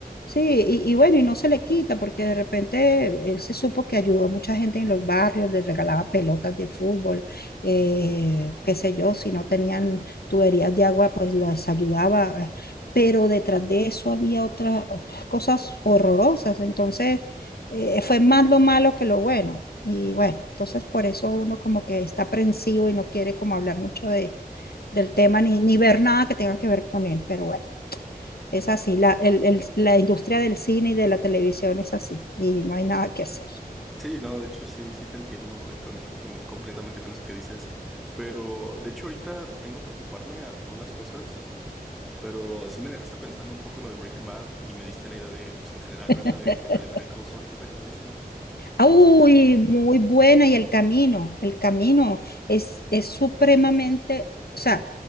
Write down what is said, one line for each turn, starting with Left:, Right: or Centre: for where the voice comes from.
Left: Sí, y, y bueno, y no se le quita porque de repente él se supo que ayudó a mucha gente en los barrios, les regalaba pelotas de fútbol, eh, qué sé yo, si no tenían tuberías de agua, pues las ayudaba. Pero detrás de eso había otras, otras cosas horrorosas. Entonces, eh, fue más lo malo que lo bueno. Y bueno, entonces por eso uno como que está aprensivo y no quiere como hablar mucho de, del tema ni, ni ver nada que tenga que ver con él. Pero bueno. Es así, la, el- el- la industria del cine y de la televisión es así y no hay nada que hacer.
Centre: Sí, no, de hecho, sí, sí te entiendo eh, con- con- completamente con eso que dices, pero, de hecho, ahorita tengo que ocuparme a- con unas cosas, pero sí me dejaste pensando un poco en lo de Breaking Bad y me diste la idea de, pues, en general,
Left: <laughs>
Centre: ver la de, la de Better Call Saul, que es la que no he visto.
Left: Uy,
Centre: No sé si...
Left: muy buena y el camino, el camino es, es supremamente, o sea,